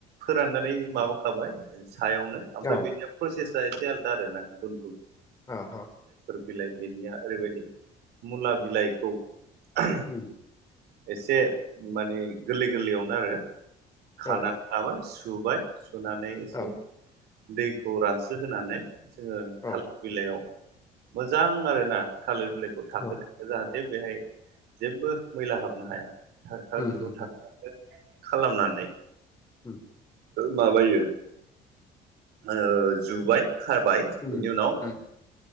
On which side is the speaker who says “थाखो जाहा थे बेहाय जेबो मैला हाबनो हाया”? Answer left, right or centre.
Right